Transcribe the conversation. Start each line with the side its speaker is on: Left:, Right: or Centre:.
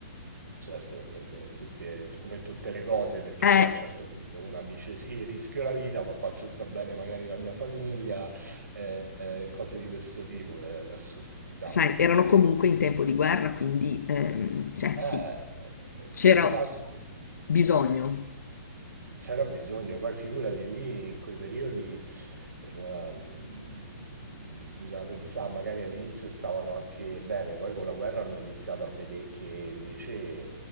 Right: Certo, eh, come tutte, come tutte le cose, perché
Left: Eh,
Right: poi a un certo punto una dice sì, rischio la vita, ma faccio sta bene magari la mia famiglia, eh, eh, cose di questo tipo, le, le assurdità,
Left: sai,
Right: no?
Left: erano
Right: E-
Left: comunque in tempo di guerra, quindi, ehm, cioè,
Right: eh,
Left: sì,
Right: senz'altro.
Left: c'era bisogno.
Right: eh. C'era bisogno, poi figurati lì in quei periodi, eh, mo la- mm, bisogna pensare, magari all'inizio stavano anche bene, poi con la guerra hanno iniziato a vedere che invece